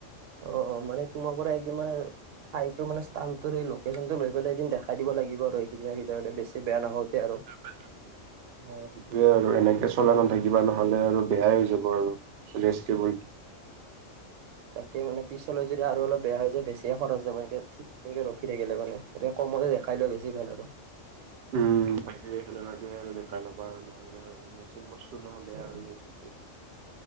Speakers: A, on the right (about 80°); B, on the right (about 60°).
A: অ', অ', মানে তোমাৰ পৰা এই <unintelligible> ঠাইতো মানে স্থানটোৰ এই লোকেচনটো লৈ পেলাই এদিন দেখাই দিব লাগিব আৰু এইকেইদনৰ ভিতৰতে বেছি বেয়া নহওঁতে আৰু।
B: <inaudible> অ', সেইটোয়ে আৰু এনেকে চলাই নাথাকিবা নহ'লে আৰু বেয়াই হৈ যাব আৰু ৰেষ্ট কেবলটো।
A: তাকে মানে পিছলৈ যদি আৰু অলপ বেয়া হৈ যায় বেছিয়ে খৰচ যাব এনেকে ঠিক তেনেকে ৰখি থাকিলে মানে। এতিয়া কমতে দেখাই লৈ বেছি ভাল আৰু।
B: উম, বাকী তেনেকুৱাকে আৰু দেখাই ল'বা আৰু নহ'লে আৰু মেচিন বস্তু নহয় বেয়া
A: উম
B: হৈ যায় জল্দি।